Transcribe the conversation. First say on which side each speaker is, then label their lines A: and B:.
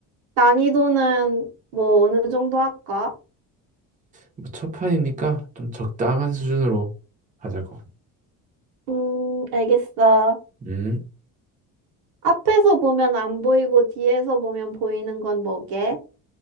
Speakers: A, on the right; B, on the right.
A: 난이도는 뭐 어느 정도 할까?
B: 뭐 첫 판이니까 좀 적당한 수준으로 하자고.
A: 음, 알겠어.
B: 음,
A: 앞에서 보면 안 보이고 뒤에서 보면 보이는 건 뭐게?